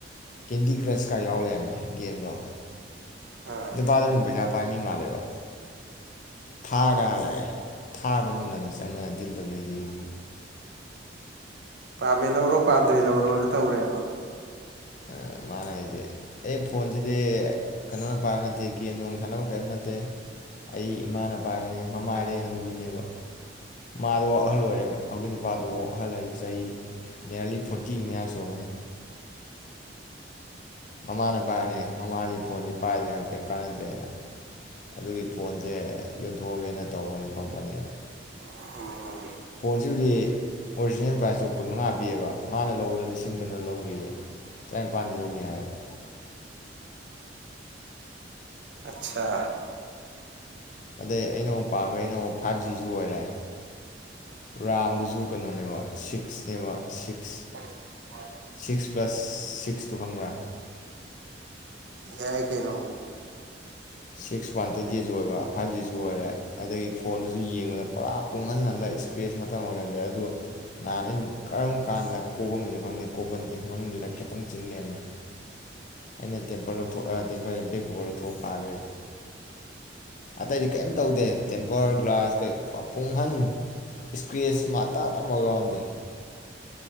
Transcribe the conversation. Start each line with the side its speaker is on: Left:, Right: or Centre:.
Left: ꯀꯦꯟꯗꯤ ꯀ꯭ꯔꯁꯀ ꯌꯥꯎ ꯂꯩꯔꯝꯃꯦ ꯒꯦꯝꯗꯣ꯫
Right: ꯑꯥ
Left: ꯅꯄꯥꯗꯨꯁꯨꯝ ꯄꯩꯁꯥ ꯄꯥꯏ ꯃꯤ ꯍꯤꯃꯥꯜꯂꯤꯔꫭ ꯊꯥꯔꯗ ꯂꯥꯛꯑꯦ ꯊꯥꯔ ꯃꯅꯨꯡꯗꯅꯤ ꯆꯪꯉ ꯗꯤꯜ ꯇꯧꯅꯩꯖꯩ ꯑꯩꯒ
Right: ꯄꯥꯝꯃꯦ ꯂꯧꯔꯣ ꯄꯥꯝꯗ꯭ꯔꯦ ꯂꯧꯔꯣꯗꫭ ꯇꯧꯔꯦꯕ
Left: ꯑ ꯃꯥꯅ ꯍꯥꯏꯖꯦ ꯑꯩ ꯐꯣꯟꯁꯤꯗꯤ ꯀꯅꫭ ꯄꯥꯏꯕ ꯅꯠꯇꯦ ꯒꯦꯝ ꯅꯨꯡ ꯁꯥꯟꯅꯕ ꯀꯥꯏꯝ ꯅꯠꯇꯦ ꯑꯩ ꯏꯃꯥꯅ ꯄꯥꯏꯕꯅꯦ ꯃꯃꯥꯏꯗꯤ ꯍꯅꯨꯕꯤꯅꯦꯕ ꯃꯥꯗꯥ ꯑꯍꯜ ꯑꯣꯏꯔꯦꯕ ꯍꯧꯖꯤꯒꯤ ꯅꯨꯄꯥꯗꫭ ꯑꯍꯜꯂ ꯍꯥꯏꯖꯦ ꯆꯍꯤ ꯅꯤꯌꯥꯔꯂꯤ ꯐꯣꯔꯇꯤ ꯃꯌꯥ ꯁꯨꯔꯝꯃꯅꯤ ꯃꯃꯥꯅ ꯄꯥꯏꯔꯅꯤ ꯃꯃꯥꯗꯤ ꯐꯣꯟꯖꯤ ꯄꯥꯏꯗ꯭ꯔꯦ ꯀꯩꯝ ꯀꯥꯟꯅꯗ꯭ꯔꯦꯅ ꯑꯗꯨꯒꯤ ꯐꯣꯟꯁꯦ ꯌꯣꯟꯊꯣꯛꯑꯒꯦꯅ ꯇꯧꯕꯅꯤꯀꯣ ꯃꯅꯦꯅ
Right: <unintelligible>
Left: ꯐꯣꯟꯁꯤꯕꯨꯗꯤ ꯑꯣꯔꯤꯖꯤꯅꯦꯜ ꯄ꯭ꯔꯥꯏꯖꯇꯣ ꯀꯨꯟ ꯃꯉꯥ ꯄꯤꯌꯦꯕ ꯃꯥꯅ ꯂꯧꯕꯗ ꯂꯤꯁꯤꯡ ꯀꯩꯅꫭ ꯂꯧꯒꯦꯌꯦ ꯇꯔꯥꯅꯤꯄꯥꯜꯗ ꯂꯧꯒꯦ ꯍꯥꯏꯌꯦꯕ
Right: ꯑꯠꯆꯥ
Left: ꯑꯗꯩ ꯑꯩꯅ ꯑꯃꯨꯛ ꯄꯥꯝꯒ꯭ꯔꯤ ꯖꯤꯅ ꯑꯃꯨꯛ ꯐꯥꯏꯚ ꯖꯤꯖꯨ ꯑꯣꯏꯔꯦ ꯔꯥꯝꯗꯨꯁꯨ ꯀꯩꯅꯣꯅꯦꯕ ꯁꯤꯛꯁꯅꯦꯕ ꯁꯤꯛꯁ
Right: <inaudible>
Left: ꯁꯤꯛꯁ ꯄ꯭ꯂꯁ ꯁꯤꯛꯁꯇꯣ ꯈꯪꯕ꯭ꯔꯥ
Right: ꯌꯥꯏ ꯀꯩꯅꯣ
Left: ꯁꯤꯛꯁ ꯋꯥꯟ ꯇ꯭ꯋꯦꯟꯇꯤ ꯑꯥꯏꯠꯁꯨ ꯑꯣꯏꯕ ꯐꯥꯏꯚ ꯖꯤꯁꯨ ꯑꯣꯏꯔꯦ ꯑꯗꯒꯤ ꯐꯣꯟꯗꯨꯁꯨ ꯌꯦꯡꯕꯗ ꯄꯨꯔꯥ ꯄꯨꯡꯍꯟꯍꯜꯂꯦ ꯏꯁꯀ꯭ꯔꯦꯁ ꯃꯇꯠ ꯑꯝꯕꯨꯛ ꯂꯩꯔꯝꯗꯦ ꯑꯗꯨ ꯅꯍꯥꯟ ꯑꯩꯅ ꯀꯔꯝ ꯀꯀꯥꯟꯗ ꯀꯣꯛꯄꯝꯃꯤꯅ ꯈꯪꯗꯦ ꯀꯣꯛꯄ ꯅꯠꯇꯦ ꯃꯅꯨꯡꯁꯤꯗ ꯈꯤꯇꯪ ꯆꯤꯡ ꯂꯩꯔꯝꯃꯦ ꯑꯩꯅ ꯇꯦꯝꯄ꯭ꯔ ꯂꯧꯊꯣꯛꯑ ꯇꯦꯝꯄ꯭ꯔꯌꯩꯡꯦ ꯕꯦꯛꯀꫭꯕ꯭ꯔ ꯂꯧꯊꯣꯛꯑ ꯄꯥꯏꯕꯩ ꯑꯇꯩꯗꯤ ꯀꯔꯤꯝ ꯇꯧꯗꯦ ꯇꯦꯝꯄꯔ ꯒ꯭ꯂꯥꯁ ꯀꯩ <unintelligible> ꯑꯍꯟ ꯏꯁꯀ꯭ꯔꯦꯁ ꯃꯥꯇꯥꯠ ꯑꯝꯐꯥꯎ ꯌꯥꯎꯔꯝꯗꯦ